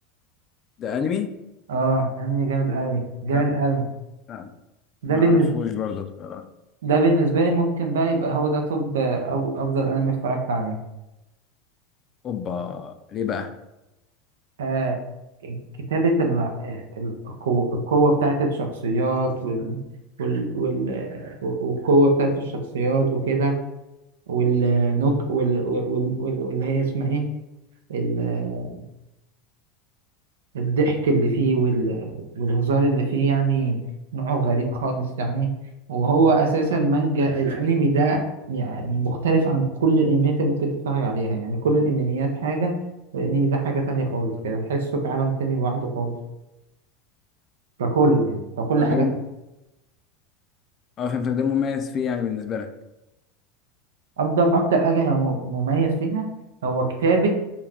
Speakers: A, on the left; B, on the right.
A: ده انمي
B: اه انمي جامد قوي جامد
A: لا
B: قوي
A: لا
B: ده
A: ما
B: بالنسبة
A: اعرفوش برضه بصراحه
B: ده بالنسبة لي ممكن بقى يبقى هو ده توب آه، او افضل انمي اتفرجت عليه
A: اوبا ليه بقى
B: آه كتابة ال- آه، القوة القوة بتاعت الشخصيات وال وال وال آه، والقوة بتاعت الشخصيات وكده والنك وال وال- وال- واللي هي اسمها ايه ال- آه، الضحك اللي فيه وال والهزار اللي فيه يعني نوعه غريب خالص يعني وهو أساسا مانجا الأنمي ده يعني مختلف عن كل الأنميات اللي ممكن تتفرج عليها يعني كل الأنميات حاجة والأنمي ده حاجة تانية خالص كده تحسه في عالم تاني لوحده خالص ككل يعني ككل
A: طب
B: حاجة
A: ايه ال-
B: فيها.
A: اه فهمتك ده مميز فيه يعني بالنسبه لك
B: أفضل أكتر حاجة هي م- مميز فيها هو كتابة